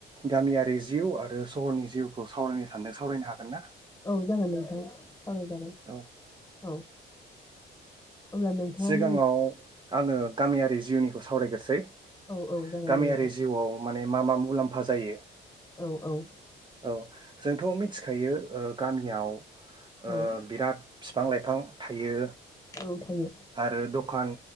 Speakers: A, on the right; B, on the left.
A: गामियारि जिउ आ रो सहरनि जिउखौ सावरायनो सानो सावरायनो हागोन ना?
B: औ जागोन नोंथां। सावराय जागोन
A: औ
B: औ। अब्ला नोंथाङानो
A: सिगाङाव आङो गामियारि जिउनिखौ सावरायग्रोसै।
B: औ औ जागोन
A: गामियारि
B: दे नोंथां।
A: जिउआव माने मा मा मुलाम्फा जायो?
B: औ औ।
A: औ जोंथ' मिथि खायो ओ गामियाव ओ
B: औ
A: बिराद बिफां लाइफां थायो।
B: औ थायो
A: आरो दखान